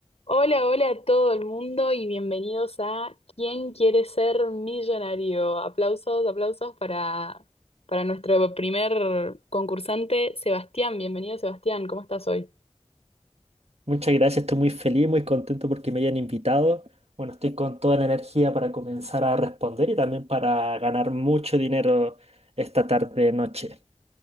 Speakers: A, on the left; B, on the right.
A: Hola, hola a todo el mundo y bienvenidos a ¿Quién quiere ser millonario? Aplausos, aplausos para, para nuestro primer concursante, Sebastián. Bienvenido, Sebastián. ¿Cómo estás hoy?
B: Muchas gracias, estoy muy feliz, muy contento porque me hayan invitado. Bueno, estoy con toda la energía para comenzar a responder y también para ganar mucho dinero esta tarde noche.